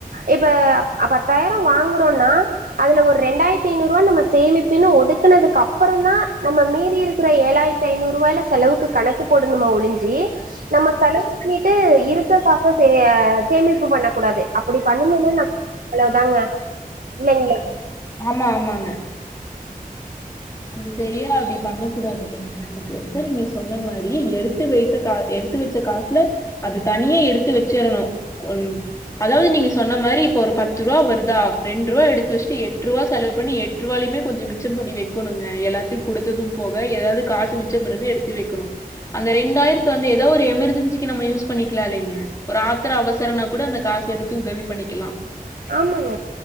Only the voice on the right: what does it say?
இப்ப அப் பத்தாயிரோ வாங்குறோனா அதுல ஒரு ரெண்டாயித் த்தி நூறுவா நம்ம சேமிப்புனு ஒதுக்குனதுக்கு அப்பறோ தா நம்ம மீதி இருக்குற ஏழாயித் தைநூறுவாய்ல செலவுக்கு கணக்கு போடணும ஒழிஞ்சி நம்ம செலவு பண்ணிட்டு இருக்க காச சேய சேமிப்பு பண்ண கூடாது அப்படி பண்ணுணோன்னா
நக்
அவ்ளோதாங்க இல்லைங்களா
ஆமாங்க